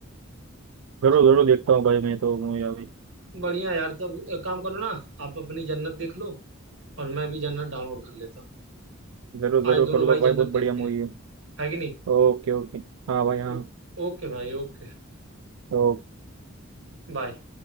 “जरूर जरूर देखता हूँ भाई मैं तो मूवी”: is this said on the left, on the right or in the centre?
Right